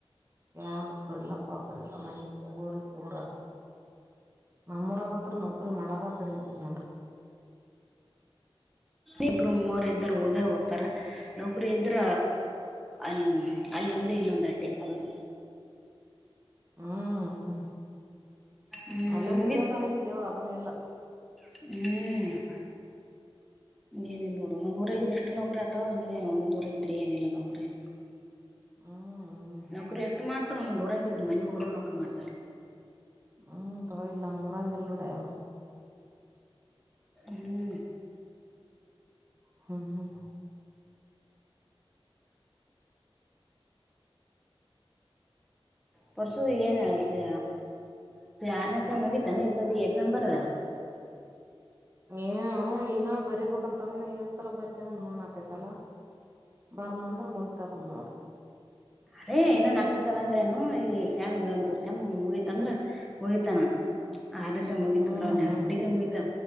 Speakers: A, on the right; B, in the centre.
A: ನ್ ನೋಕರಿಲ್ಲಪ್ಪಾಕರಲ್ಲ ಮನೆ ಊರಿ ಊರ ನಮ್ಮರಗಂತರ ನೌಕರಿ ಮಾಡದ ಕಡೆಮ ಜನ್ರು
B: ಇಬ್ರು ಮೂವರು ಇದರು ಓದೇ ಓ್ತಾರ ನೌಕರು ಇದ್ರ ಅಲ್ಲ ಅಲ್ಲೊಂದು ಇಲ್ಲೊಂದು ಅಟ್ಟೆ ಅದನು
A: ಹ್ಮ್ ಹ್ಮ್
B: ಹ್ಮ್
A: ಅಲ್ಲಂದ
B: ಮುಗಿತ್
A: ತಿಲ್ಲಂದಾನ ಇಲ್ಲವು ಅದನ್ನ ಇಲ್ಲ
B: ಹ್ಮ್ ಏನಿಲ್ಲ ನೋಡು ಒಂದ್ ಊರಗಿದ್ರೆ ಎಷ್ಟು ನೌಕ್ರರಿ ಅತ ಇಲ್ಲೇ ಒೊಂದ್ಊಗಿದ್ರೆ ಏನಿಲ್ಲ ನೌಕರಿ
A: ಹ್ಮ್
B: ನೌಕರಿ ಎಷ್ಟು ಮಾಡ್ತಾರ ಒಂದೊಂದ ಹೊಊರಗಿದ್ರ ಮನಗ್ ಒಬರು ನೌಕರಿ ಮಾಡ್ತಾರ
A: ಹ್ಮ ದ ಇಲ್ಲ ಮುರಗ ಎಲ್ೋಡ ಯವ
B: ಹ್ಮ್
A: ಹ್ಮ್ ಹ್ಮ್
B: ಪಸು ಹನೆಸ ಆರನಷ ಮುಗಿತಾನ ಈ ಸದ ಎಕ್ಸಾಮ್ ಬರದ
A: ಏ ನ ಬರಿಬೇಕಂತಗನ ಇ್ ಸಲ ಬರ್ತೇವ ನ ನಾಕ ಸಲ ಬರ್ ನಂದ್ರ ಮುಯತದನ್ ನೋಡ್
B: ಅದೇ ಇನ್ನೊ ನಾಲ್ಕನ ಸಲ ಅಂದ್ರೇನು ಈ ಸ್ಯಾಮ ಒಂದು ಸ್ಯಾಮ್ ಮುಗತ ಅಂದ್ರ ಮುಗತಾನ
A: ಹ್ಮ್
B: ಆರನಸ ಮುಗಿತಂದ್ರನ್ಯ
A: ಹ್ಮ್
B: ಡಿಗ್ರಿ ಮುಗಿತ